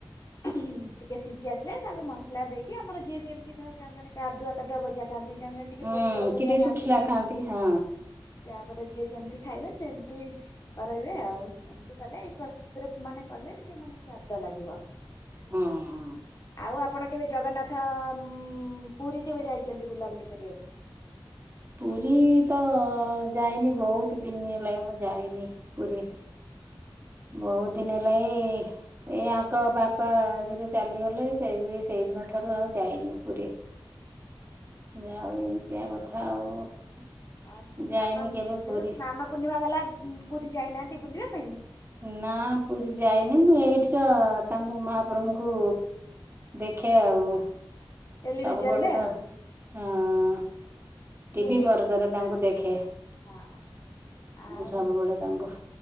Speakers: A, on the left; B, on the right.
A: ଟିକେ ସିଝି ଆସିଲେ ତାପରେ ମସଲା ଦେଇକି ଆମର ଯିଏ ଯେମିତି ଧର ଜଣେ ଜଣେ କାଦୁଆ କାଦୁଆ ଭଜା ଖାଆନ୍ତି ଜଣେ ଜଣେ ଟିକେ
B: ହୁଁ
A: ପୋଡପୋଡ୍ ଭଜା
B: କି ଟିକେ
A: ଖାଆନ୍ତି।
B: ଶୁଖିଲା ହଁ
A: ତାପରେ ଯିଏ ଯେମ୍ ଖାଇବେ ସେମିତି କରଇବେ ଆଉ। ଏମିତି କଲେ ଏଇ ପ୍ରସ୍ତୁତିରେ ମାନେ କଲେ ଟିକେ ମାନେ ସ୍ଵାଦି ତ ଲାଗିବ।
B: ହଁ ହଁ।
A: ଆଉ ଆପଣ କେବେ ଜଗନ୍ନାଥ ଉଁ ପୁରୀ କେବେ ଯାଇଛନ୍ତି ବୁଲାବୁଲି କରିବାକୁ?
B: ପୁରୀ ତ ଯାଇନି ବହୁତ ଦିନି ହେଲା ମୁଁ ଯାଇନି ପୁରୀ। ବହୁତ ଦିନ ହେଲା ଏ ଏଇ ଆଙ୍କ ବାପା ଯେବେ ଚାଲିଗଲେ ସେ ବି ସେଇଦିନ ଠାରୁ ଆଉ ଯାଇନି ପୁରୀ। ଯାଆ ହୋଉ ଏମିତିଆ କଥା ଆଉ।
A: ଆଦି ସ୍ନାନ
B: ଯାଇନି
A: ମ
B: କେବେ ପୁରୀ।
A: ଏ ଯୋଉ ସ୍ନାନ ପୂର୍ଣ୍ଣିମା ଗଲା ପୁରୀ ଯାଇନାହାନ୍ତି ବୁଲିବା ପାଇଁ?
B: ନା ପୁରୀ ଯାଇନି ମୁଁ ଏଇଠି ତ ତାଙ୍କୁ ମହାପ୍ରଭୁଙ୍କୁ ଦେଖେ ଆଉ।
A: ଟେଲିଭିଜନରେ
B: ସବୁବେଳେ ତ
A: ଆଉ
B: ଆଁ ଟିଭି
A: ଟେଲି
B: ପରଦାରେ ତାଙ୍କୁ ଦେଖେ।
A: ହଁ ଆଉ
B: ମୁଁ ସବୁବେଳେ ତାଙ୍କୁ